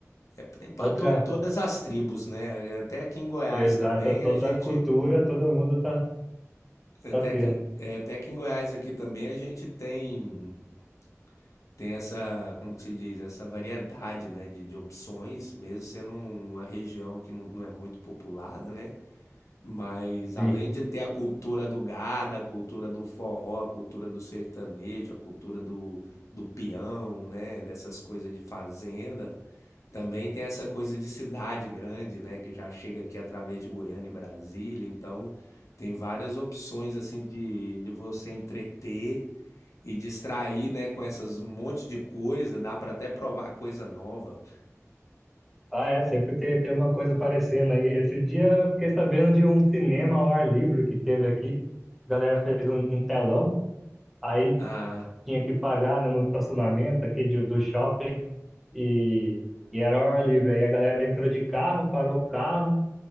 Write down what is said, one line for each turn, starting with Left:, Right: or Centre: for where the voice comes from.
Left: é, tem para
Centre: Outra,
Left: todas as tribos, né? Até aqui em Goiás
Centre: exata,
Left: também
Centre: toda
Left: a gente,
Centre: a cultura, todo mundo tá,
Left: até
Centre: tá tendo.
Left: que até aqui em Goiás aqui também a gente tem Tem essa, como que se diz? Essa variedade, né, de de opções, mesmo sendo uma região que não não é muito populada, né, mas além
Centre: Sim.
Left: de ter a cultura do gado, a cultura do forró, a cultura do sertanejo, a cultura do do peão, né, dessas coisas de fazenda, também tem essa coisa de cidade grande, né, que já chega aqui através de Goiânia e Brasília, então tem várias opções, assim, de de você entreter e distrair, né, com essas um monte de coisa, dá pra até provar coisa nova.
Centre: Ah, é, sempre tem, tem uma coisa aparecendo aí. Esse dia eu fiquei sabendo de um cinema ao ar livre que teve aqui. A galera fez um, um telão, aí
Left: Ah,
Centre: tinha que pagar, né, no estacionamento aqui de- do shopping e, e era ao ar livre. Aí a galera entrou de carro, parou o carro